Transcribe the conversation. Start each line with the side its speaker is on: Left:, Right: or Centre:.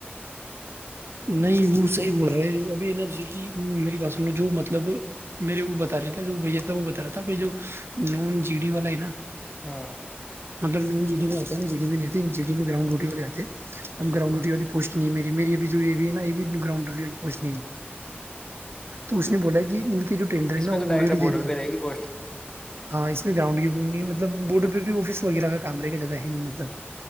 Right: نہیں وہ صحیح بول رہے ہے جو ابھی نا جی میری بس جو مطلب میرے وہ بتا رہے تھا جو بھیا تھا وہ بتا رہا تھا کہ جو نون جی ڈی والا ہے نا
Left: ہاں
Right: مطلب ج ڈی میں آتا جی ڈی میں نہیں ڈی میں گرانڈ روٹی والے آتے اب گرانڈ روٹی والی پوسٹ نہیں ہے می میری بھیھی یہ بھی ہے نا یہ بھی گراؤنڈ ر پہنچنی ہے تو اس نے بولا کہ ان کو جو ٹینڈر ہے
Left: اس
Right: نا
Left: میں
Right: وہ
Left: تو ڈائریکٹ
Right: آلریڈی
Left: بارڈر
Right: دے دی
Left: پہ رہے گی پوسٹ
Right: ہاں اس میں گراؤنڈ کی مطلب بورڈ پہ آفس وغیرہ کام رہے گ زیادہ ہی نہیں مطلب